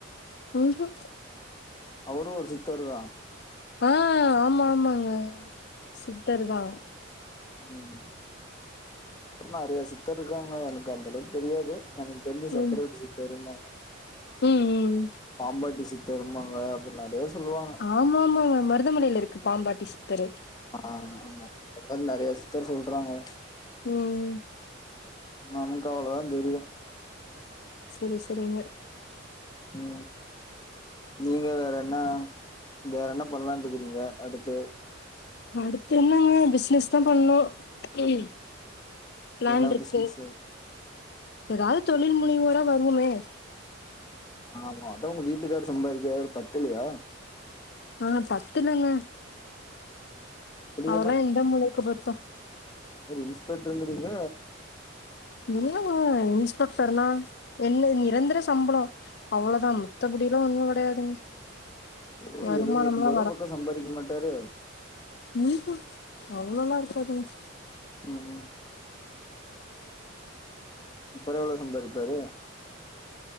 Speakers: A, on the left (about 55°); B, on the left (about 20°).
A: உஹும்
B: அவுரு ஒரு சித்தர்தா
A: ஆ ஆமா ஆமாங்க சித்தர்தா
B: ம் நறைய சித்தர் இருக்காங்க எனக்கு அந்த அளவுக்கு தெரியாது எனக்கு தெரிஞ்சி
A: ம்
B: சக்கரவட்டி சித்தர்ம்பாங்க
A: ம் ம்
B: பாம்பாட்டி சித் தரும்பாங்க அப்டின் நறைய சொல்லுவாங்க
A: ஆமா ஆமாங்க மருதமலைலருக்கு பாம்பாட்டி சித்தரு
B: ஆ ஆமா அந்த மாரி நெறைய சித்தர் சொல்றாங்க
A: ம்
B: நமக்கு அவ்வளோதா தெரியு
A: செரி செரிங்க
B: ம் நீங்க வேற என்னா வேற என்ன பண்ணலா இருக்கறீங்க அடுத்து
A: அடுத்து என்னங்க பிசினஸ் தா பண்ணு ம் பிளான்
B: என்ன
A: இருக்கு
B: பிசினஸ்
A: எதாவது தொழில் முனிவோரா வருவோமே
B: ஆமா அதா உங்க வீட்டுக்காரு சம்பாதிக்கறாரு பத்தலயா
A: ஆ பத்தலங்க
B: அப்டி
A: அதெல்லா எந்த மூலைக்கு பத்து
B: அவரு இன்ஸ்பெக்டருனீங்க
A: இல்லங்க இன்ஸ்பெக்டர்னா என்ன நிரந்தர சம்பளோ அவ்ளோதா மித்தபடில்லா ஒன்னு கெடையாதுங்க
B: ஒரு
A: வருமானம்லா
B: எழுவது எம்பது ரூபா பக்க சம்பாதிக்க மாட்டாரு
A: ம்ஹும் அவ்ளோல்லா இருக்காதுங்க
B: ம் அப்றோ எவ்ளோ சம்பாரிப்பாரு